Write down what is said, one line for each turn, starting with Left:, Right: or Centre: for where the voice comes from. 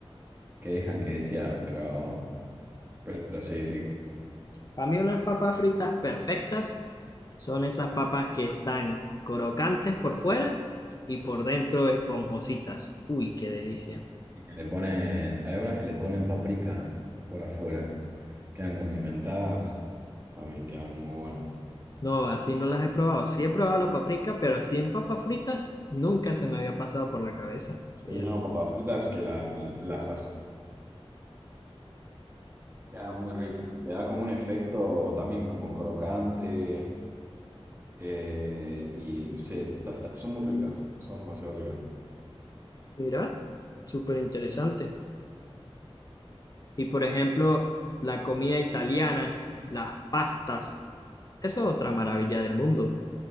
Right: que dejan que desear, pero... Pero sí, sí.
Left: Para mí unas papas fritas perfectas son esas papas que están crocantes por fuera y por dentro esponjositas. Uy, qué delicia.
Right: Y que le ponen, hay unas que le ponen paprika por afuera. Quedan condimentadas, también quedan muy buenas.
Left: No, así no las he probado. Sí he probado la paprika, pero así en papas fritas nunca se me había pasado por la cabeza. Mira,
Right: Hay unas papas fritas que la, las as- quedan muy ricas. Le da como un efecto también como crocante eh, y no sé, ta- ta- son muy ricas, son demasiado ricas.
Left: mira, súper interesante. Y por ejemplo, la comida italiana, las pastas, esa es otra maravilla del mundo.